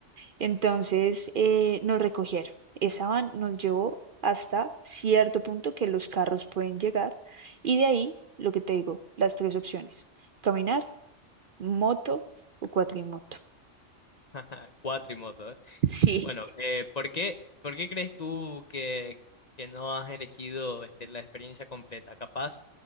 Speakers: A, on the right; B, on the left.
A: Entonces, eh, nos recogieron. Esa van nos llevó hasta cierto punto que los carros pueden llegar y de ahí, lo que te digo, las tres opciones. Caminar moto o cuatrimoto.
B: <laughs> cuatrimoto, ¿eh?
A: Sí,
B: Bueno, eh, ¿por qué, por qué crees tú que, que no has elegido este, la experiencia completa? Capaz